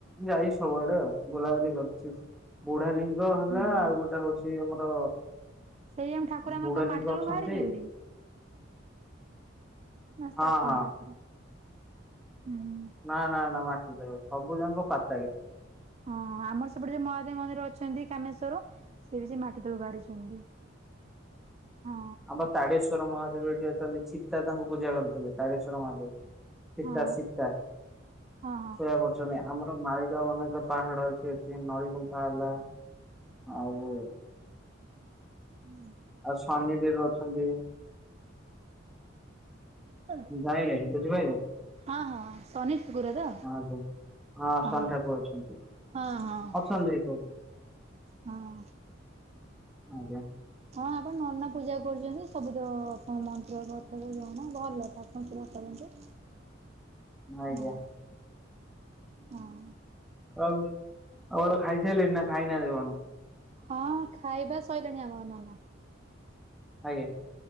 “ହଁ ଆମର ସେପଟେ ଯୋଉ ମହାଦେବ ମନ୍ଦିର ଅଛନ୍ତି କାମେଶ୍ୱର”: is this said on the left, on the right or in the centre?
Right